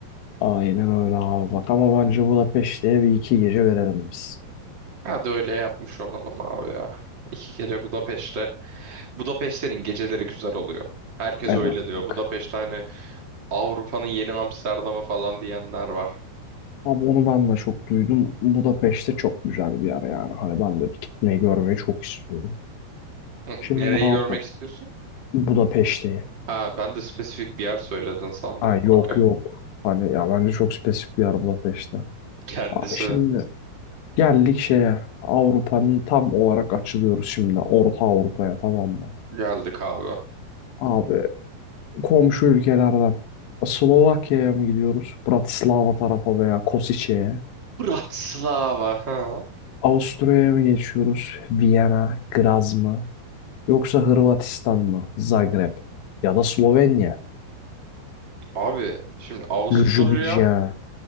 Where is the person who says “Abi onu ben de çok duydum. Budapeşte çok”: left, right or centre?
Left